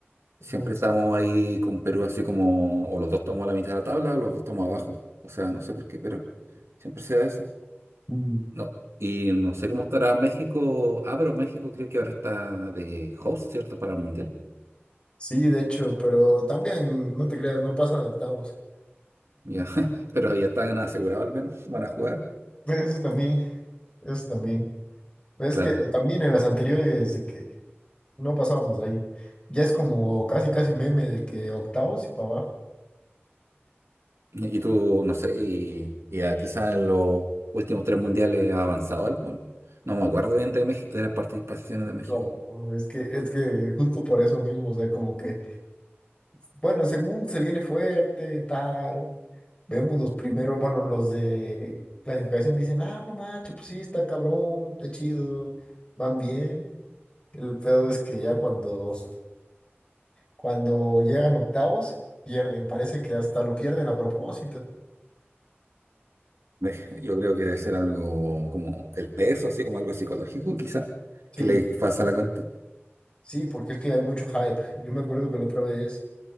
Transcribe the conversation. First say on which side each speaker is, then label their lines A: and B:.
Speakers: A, on the right (about 85°); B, on the left (about 25°).
A: Siempre
B: Como,
A: estamos ahí con Perú, así como, o los dos estamos a la mitad de la tabla o los dos estamos abajo. O sea, no sé por qué, pero siempre sea eso.
B: mm,
A: No. Y no sé cómo estará México. Ah, pero México creo que ahora está de host, ¿cierto? Para el Mundial.
B: Sí, de hecho, pero también, no te creas, no pasa de octavos.
A: Ya, <laughs> pero ya están asegurados al menos. Van a jugar,
B: <laughs> Eso también, eso también. Pero es
A: claro.
B: que también en las anteriores de que no pasábamos de ahí, ya es como casi, casi meme de que octavos y para abajo.
A: ¿no? Y tú, no sé, y, y a quizás en los últimos tres mundiales ha avanzado algo, ¿no? No me acuerdo bien de México, de las participaciones de México.
B: No,
A: <laughs>
B: no, es que, es que justo por eso mismo, o sea, como que Bueno, según se viene fuerte, tal, vemos los primeros, bueno, los de clasificación dicen, ah, no macho, pues sí, está cabrón, está chido, van bien. El pedo es que ya cuando, cuando llegan octavos, pierden, parece que hasta lo pierden a propósito.
A: Me- Yo creo que debe ser algo como el peso, así como algo psicológico, quizás,
B: Sí,
A: que le pasa la cuenta.
B: sí, porque es que hay mucho hype. Yo me acuerdo que la otra vez,